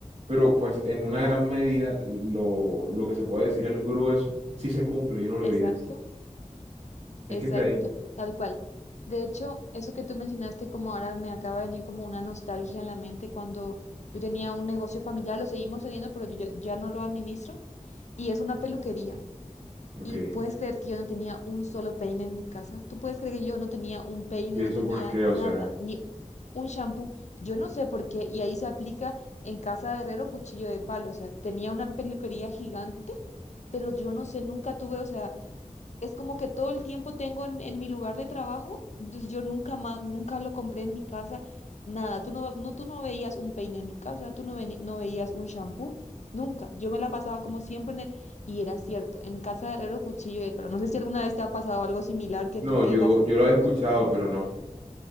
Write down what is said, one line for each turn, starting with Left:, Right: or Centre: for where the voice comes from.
Right: pero pues en una gran medida lo, lo que se puede decir el grueso sí se cumple y uno lo evidencia.
Left: Exacto,
Right: Es
Left: exacto,
Right: que está ahí.
Left: tal cual. De hecho, eso que tú mencionaste, como ahora me acaba de venir como una nostalgia en la mente cuando yo tenía un negocio familiar, lo seguimos teniendo, pero yo ya, ya no lo administro, y es una peluquería.
Right: Ok.
Left: Y puedes creer que yo no tenía un solo peine en mi casa. Tú puedes creer que yo no tenía un peine,
Right: ¿Y
Left: no
Right: eso
Left: tenía
Right: por qué?
Left: nada,
Right: O sea,
Left: ni un shampoo. Yo no sé por qué, y ahí se aplica en casa de herrero cuchillo de palo. O sea, tenía una peluquería gigante, pero yo no sé, nunca tuve, o sea es como que todo el tiempo tengo en, en mi lugar de trabajo, entonces yo nunca más, nunca lo compré en mi casa, nada. Tú no, no, tú no veías un peine en mi casa, tú no, veni- no veías un shampoo, nunca. Yo me la pasaba como siempre en el, y era cierto, en casa de herrero, cuchillo de palo. No sé si alguna vez te ha pasado algo similar que
Right: no,
Left: tú tengas,
Right: yo, yo lo había escuchado,
Left: o-
Right: pero no.